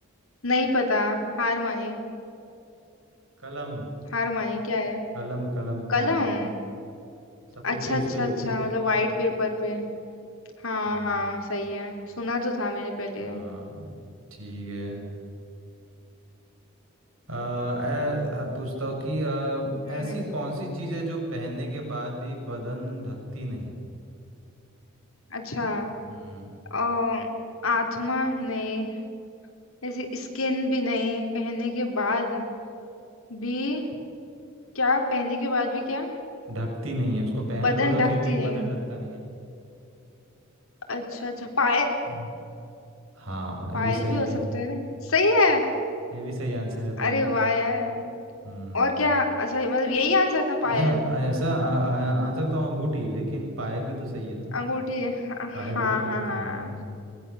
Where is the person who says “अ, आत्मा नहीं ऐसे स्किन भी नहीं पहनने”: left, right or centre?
Left